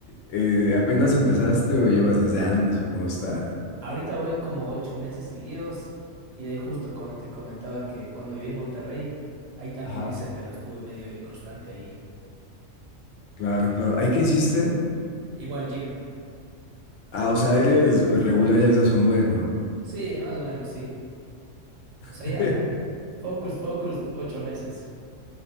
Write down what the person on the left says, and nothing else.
Eh, ¿apenas empezaste o llevas desde antes o cómo está?
Ajá.
Claro, claro. ¿Ahí qué hiciste?
Ah, o sea, eres regular ya desde hace un buen, ¿no?
<laughs>